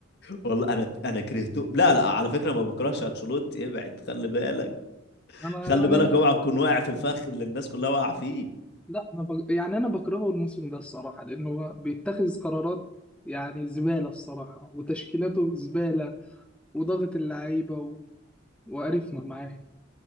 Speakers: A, on the left; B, in the centre.
A: والله انا انا كرهته لا لا على فكره ما بكرهش انشيلوتي ابعد خلي بالك
B: انا
A: خلي
B: يعني
A: بالك اوعى تكون واقع في الفخ اللي الناس كلها واقعه فيه
B: لا انا بج... يعني انا بكرهه الموسم ده الصراحه لانه هو بيتخذ قرارات يعني زباله الصراحه وتشكيلاته زباله وضغط اللعيبه و... وقرفنا معاه